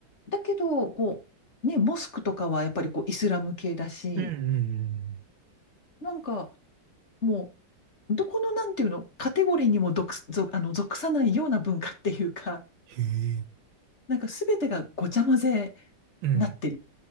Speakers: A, on the left; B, on the right.
A: だけど、こう、ね、モスクとかはやっぱりこうイスラム系だし、
B: うんうんうん。
A: なんか、もう、どこのなんていうの、カテゴリーにも属す、属あの、属さないような文化っていうか、
B: へえ。
A: なんかすべてがごちゃ混ぜ
B: うん。
A: になってる。